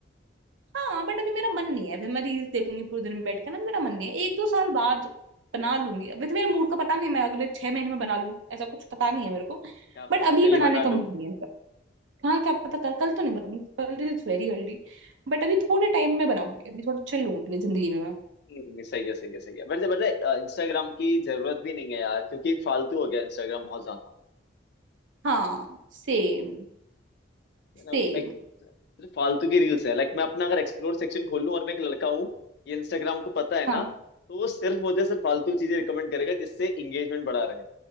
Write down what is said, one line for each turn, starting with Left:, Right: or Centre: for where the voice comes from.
Right: हाँ बट अभी मेरा मन नहीं है फिर मैं रील्स देखूंगी पूरे दिन बैठ के ना मेरा मन नहीं है एक दो साल बाद बना लूंगी अभी तो मेरे मूड का पता नहीं है, मैं अगले छह महीने में बना लूं ऐसा कुछ पता नहीं है मेरे को
Left: क्या
Right: बट
Left: पता
Right: अभी
Left: कल
Right: बनाने
Left: ही बना
Right: का मूड
Left: लूं
Right: नहीं है मेरा हाँ क्या पता कल कल तो नहीं बनाऊंगी कल इज वेरी अर्ली बट अभी थोड़े टाइम में बनाऊंगी अभी थोड़ा चिल लूं अपनी जिंदगी में मैं
Left: हम्म, सही है सही है सही है वैसे वैसे इंस्टाग्राम की जरूरत भी नहीं है यार क्योंकि फालतू हो गया इंस्टाग्राम बहुत ज्यादा
Right: हाँ सेम
Left: है ना,
Right: सेम
Left: लाइक सिर्फ फालतू की रील्स है लाइक मैं अपना अगर एक्सप्लोर सेक्शन खोल लूं और मैं एक लड़का हूँ ये इंस्टाग्राम को पता है ना
Right: हाँ
Left: तो वो सिर्फ मुझे सिर्फ फालतू चीजें रिकमेंड करेगा जिससे एंगेजमेंट बढ़ा रहे